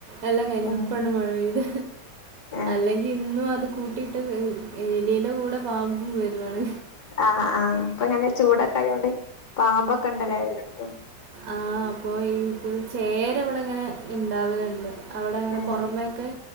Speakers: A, on the right; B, on the left.
A: എല്ലാം കഴിഞ്ഞ്
B: ഉം
A: അപ്പണ്ട് മഴ പെയ്ത്
B: ആഹ്
A: അല്ലെങ്കിൽ ഇന്നും. അത് കൂട്ടിയിട്ട് എലിന്റെ കൂടെ പാമ്പും വരുവാണ്.
B: ആഹ് ആഹ് ഇപ്പൊ ഇങ്ങനെ ചൂടൊക്കെ ആയോണ്ട് പാമ്പൊക്കെണ്ട്ല്ലേ എല്ലോട്ത്തും.
A: ആഹ് അപ്പൊ ഇത് ചേരവിടെങ്ങനെ ഇണ്ടാവല്ണ്ട്. അവിടെ ഇങ്ങനെ
B: ഏഹ്
A: പൊറമേയൊക്കെ